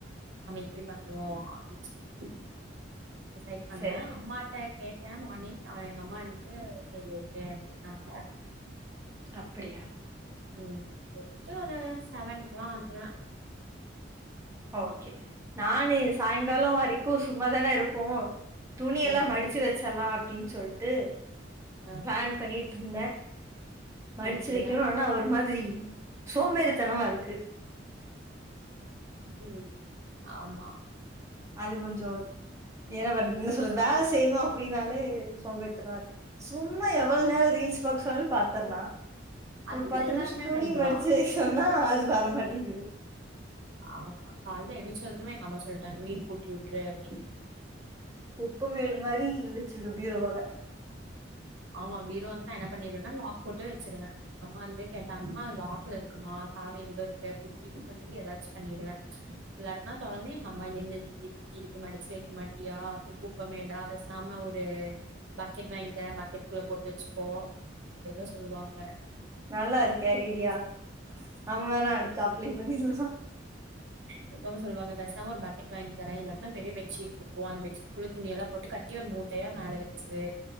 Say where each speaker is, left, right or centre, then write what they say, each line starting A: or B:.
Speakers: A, on the right; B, on the right.
A: நம்ம இப்படி பண்ணுவோம் அப்படின்னு சொல்லி டிசைட் பண்ண
B: சரி சரி
A: அம்மாிட்ட கே மார்னிங் அவன் எங்க அம்மா வந்துட்டு சரி ஓகே அப்படின்னாங்க
B: அப்படியா
A: உஹம் போயிட்டு ஒருட செவனுக்குல்லாம் வந்துருவேன்
B: ஓக்கே நானு சாய்ங்காலோ வரைக்கு சும்மாாதான இருப்போ. துணியெல்லா
A: ம்
B: மடிச்சு வச்சர்லா அப்டீன் சொல்ட்டு
A: ஆ
B: ப்ளான் பண்ணீட்டிருந்த. மடுச்சு
A: மணிக்குலயா
B: வைக்கணு. ஆனா ஒரு மாதிரி சோம்பேறித்தனமா இருக்கு.
A: உம் ஆமா
B: அது கொஞ்சோ என்ன வண் றது வேல செய்யணு அப்டீன்னாலே சோம்பேறித்தனமாருக்கு. சும்மா எவ்ளோ நேர ரீல்ஸ் பாக்க சொன்னல் பாத்தர்லா.
A: அது
B: ஒரு பத்து
A: எல்லாருமே
B: நிம்ஷோ துணி
A: பண்லா
B: மடிச்சு வைக் சொன்னா அது வரமாட் டிங்குது.
A: ஆமா கால்ல எணிச்சதுமே எங்க அம்மா சொல்லிட்டாங்க வீடு கூட்டி விட்று அப்டீனு
B: குப்ப மேடு மாரி வச்சிருக பீரோவ
A: ஆமா பீரோந்து நா என்ன பண்ணீருவேனா லாக் போட்டு வச்சிருவ. எங்க அம்மாந்து கேட்டாங்ன்னா அது லாக்ல இருக்குமா மா சாவி எங்க இருக்கு அப்டி இப்டின் சொல்லி ஏதாச்சு பண்ணீருவ இல்லாட்னா தொறந்து எங்க அம்மா என்னதுஇது இப்டி இருக்கு. மடிச்சு வைக்க மாட்டியா அப்டி குப்பமேடா பேசாம ஒரு பக்கெட் வாங்கி க பக்கெட்க்குள்ள போட்டு வச்சுக்கோ அப்டின்தா சொல்லுவாங்க.
B: நல்லா இருக்கே ஐடியா. நம் வேணா அடுசத்து அப்ளை பண்ணிர்லா.
A: இருந்தாலு சொல்வாங்க பேசாம ஒரு பக்கெட் வாங்கி தர இல்லாட்னா பெரிய பெட்ஷீட் விக்கூ. அந்த பெட்ஷீட்குல்ல துணியெல்லா போட்டு கட்டி ஒரு மூ ட்டயா மேல வெச்ரூ